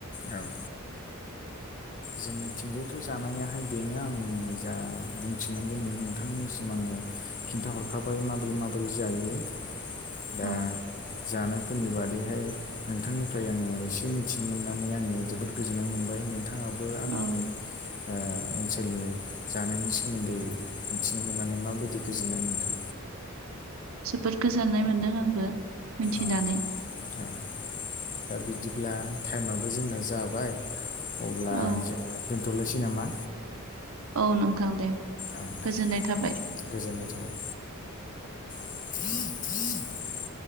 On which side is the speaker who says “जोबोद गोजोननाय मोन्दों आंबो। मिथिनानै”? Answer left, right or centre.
Right